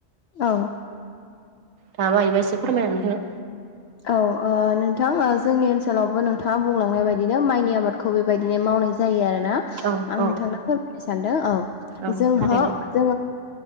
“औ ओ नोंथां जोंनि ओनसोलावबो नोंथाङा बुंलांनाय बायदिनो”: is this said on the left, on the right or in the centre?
Left